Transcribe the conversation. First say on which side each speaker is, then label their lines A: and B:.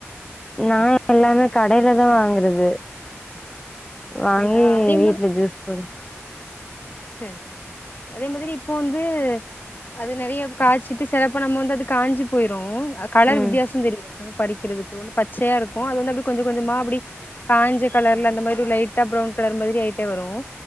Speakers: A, on the left (about 15°); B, on the left (about 40°).
A: நாங்க எல்லாமே கடைல தான் வாங்குறது
B: அப்படியா
A: அதுவாங்கி
B: அதே
A: வீட்டுல ஜூஸ் போட்டு
B: சேரி சேரி அதே மாதிரி இப்போ வந்து அது நிறைய காய்சிட்டு சில அப்ப நம்ம வந்து அது காய்ஞ்சி போயிரும் கலர்
A: ம்
B: வித்தியாசம் தெரியும் நம்ம பறிக்கிறதுக்கு ஒன்னு பச்சையா இருக்கும் அது வந்து அப்படி கொஞ்சம் கொஞ்சமா அப்படி காஞ்ச கலர்ல அந்த மாதிரி ஒரு லைட்டா பிரரௌன் கலர் மாதிரி ஆயிட்டே வரும்